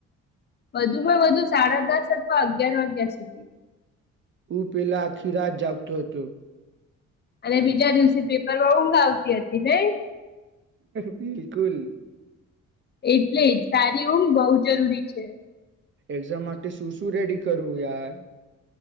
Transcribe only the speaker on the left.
વધુમાં વધુ સાડા દસ અથવા અગિયાર વાગ્યા સુધી
અને બીજા દિવસે પેપરમાં ઊંઘ આવતી હતી ને.
એટલે જ સારી ઊમ બહુ જરૂરી છે.